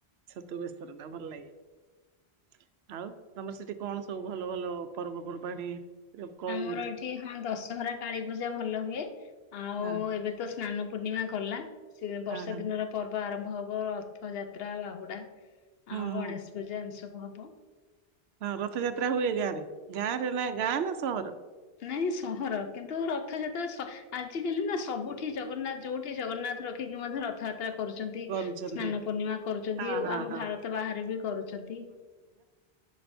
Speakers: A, on the right; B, on the left.
A: ଛତୁ ବେଶର ଟା ଭଲ ଲାଗେ। ଆଉ ତମର ସେଠି କଣ ସବୁ ଭଲ ଭଲ ପର୍ବପର୍ବାଣିୀ। କହୁ
B: ଆମର ଏଠି ହଁ ଦଶହରା କାଳୀ ପୂଜା ଭଲ ହୁଏ ଆଉ
A: ହଁ
B: ଏବେ ତ ସ୍ନାନ ପୂର୍ଣ୍ଣିମା ଗଲା। ସେ ବର୍ଷା
A: ହଁ ହଁ
B: ଦିନର ପର୍ବ ଆରମ୍ଭ ହବ ରଥ ଯାତ୍ରା ବାହୁଡା
A: ହୁଁ
B: ଆଉ
A: ହୁଁ
B: ଗଣେଶ ପୂଜା ଏମିତି ସବୁ ହବ।
A: ହଁ ରଥଯାତ୍ରା ହୁଏ ଗାଁ ରେ ଗାଁ ରେ ନା ଗାଁ ନା ସହର।
B: ନାଇଁ ସହର କିନ୍ତୁ ରଥଯାତ୍ରା ଆଜିକାଲି ନା ସବୁଠି ଜଗନ୍ନାଥ ଯୋଉଠି ଜଗନ୍ନାଥ ରଖିକି ମଧ୍ୟ ରଥଯାତ୍ରା। କରୁଛନ୍ତି
A: କରୁଛନ୍ତି
B: ସ୍ନାନ ପୂର୍ଣ୍ଣିମା କରୁଛନ୍ତି
A: ହଁ
B: ଓ
A: ହଁ
B: ଆମ
A: ହଁ
B: ଭାରତ ବାହାରେ ବି କରୁଛନ୍ତି। ହଁ